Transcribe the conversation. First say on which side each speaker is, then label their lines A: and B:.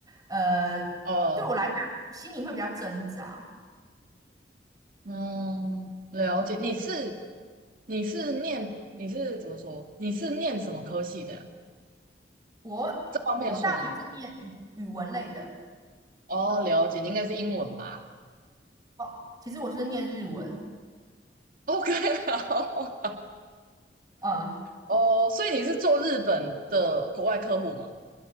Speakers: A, on the right (about 20°); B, on the right (about 50°).
A: 呃
B: 哦，
A: 对我来讲心里会比较挣扎。
B: 嗯，了解。你是你是念你是怎么说？你是念什么科系的呀？
A: 我我大学是念语语文类的，
B: 这方面说吗？哦，了解。你应该是英文吧
A: 哦，其实我是念日文，
B: ？OK，好。
A: 呃，
B: 哦，所以你是做日本的国外客户吗？